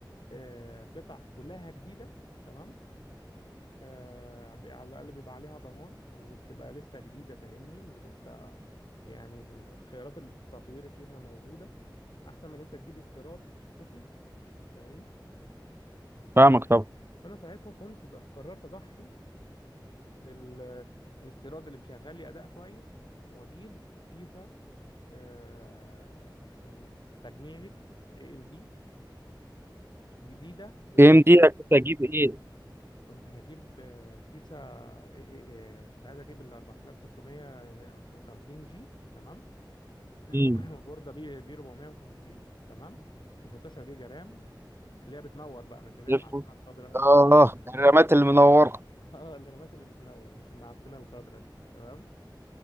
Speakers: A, on the left; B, on the right.
A: آه، قطع كلها جديدة تمام آه، بي- على الأقل بيبقى عليها ضمان وبتبقى لسه جديدة فاهمني ولسه يعني ال- خيارات التطوير فيها موجودة أحسن من إن أنت تجيب استيراد رخيص فاهمني
B: فاهمك طبعا
A: فأنا ساعتها كنت ض- قررت أضحي بالاستيراد اللي مشغل لي أداء كويس وأجيب كيسة آه، من تجميعة اي ام دي جديدة بالضمان
B: ام دي كنت اجيب ايه
A: كنت هجيب آه، كيسة إيه- إيه- إيه، كنت عايز اجيب ال 4650 جي تمام <laughs>
B: امم
A: وبوردة بي بي 450 تمام و16 جيجا رام اللي هي بتنور بقى مش اللي هي
B: افرض
A: المعفنة الخضراء
B: اه
A: <laughs>
B: الرامات اللي منورة
A: اه الرامات اللي بتنور مش المعفنة الخضراء دي تمام